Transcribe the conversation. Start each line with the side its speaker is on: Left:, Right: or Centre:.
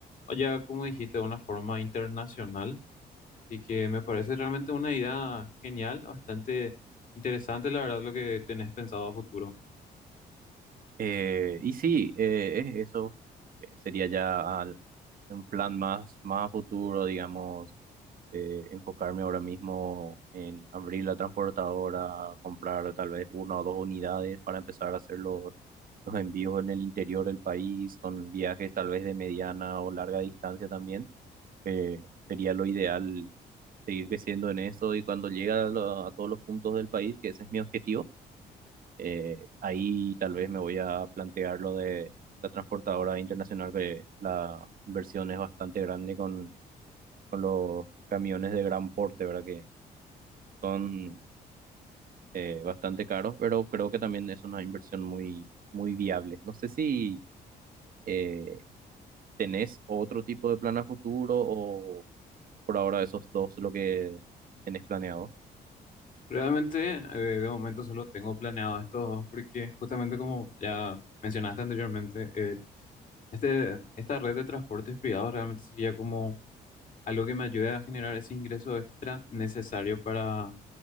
Left: o ya, como dijiste, de una forma internacional. Y que me parece realmente una idea genial, bastante interesante, la verdad, lo que tenés pensado a futuro.
Right: Eh, y sí, eh, es eso eh, sería ya al- un plan más, más a futuro, digamos, eh, enfocarme ahora mismo en abrir la transportadora, comprar tal vez una o dos unidades para empezar a hacer los, los envíos en el interior del país, con viajes tal vez de mediana o larga distancia también. Eh, sería lo ideal seguir creciendo en eso y cuando llegue a, lo- a todos los puntos del país, que ese es mi objetivo eh, ahí tal vez me voy a plantear lo de la transportadora internacional, que la inversión es bastante grande con, con los camiones de gran porte, ¿verdad? Que son eh, bastante caros, pero creo que también es una inversión muy, muy viable. No sé si eh, tenés otro tipo de plan a futuro o por ahora esos dos lo que tenés planeado.
Left: Realmente, eh, de momento solo tengo planeado estos dos porque justamente como ya mencionaste anteriormente, eh, este, esta red de transportes privados realmente sería como algo que me ayude a generar ese ingreso extra necesario para